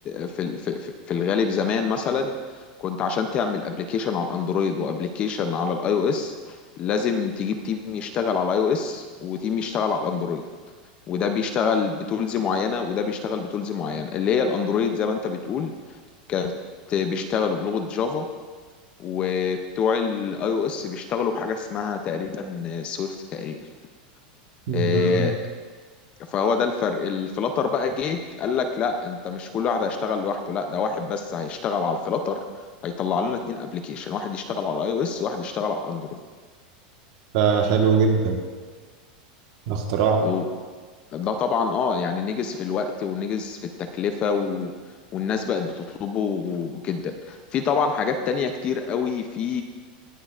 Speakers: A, on the left (about 25°); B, on the right (about 45°).
A: في ال- في في في الغالب زمان مثلا كنت عشان تعمل ابلكيشن على الاندرويد وابلكيشن على الاي او اس لازم تجيب تيم يشتغل على الاي او اس وتيم يشتغل على الاندرويد وده بيشتغل بتولز معينه وده بيشتغل بتولز معينه اللي هي الاندرويد زي ما انت بتقول كانت بيشتغلوا بلغه جافا وبتوع الاي او اس بيشتغلوا بحاجه اسمها تقريبا سويفت تقريبا
B: مهم.
A: آه، فهو ده الفرق الفلاتر بقى جيت قال لك لا انت مش كل واحد هيشتغل لوحده لا ده واحد بس هيشتغل على الفلاتر هيطلع لنا اتنين ابلكيشن واحد يشتغل على اي او اس وواحد يشتغل على اندرويد
B: فحلو جدا الاختراع
A: أوه. ده طبعا اه يعني نجز في الوقت ونجز في التكلفة و... والناس بقت بتطلبه جدا في طبعا حاجات تانية كتير قوي في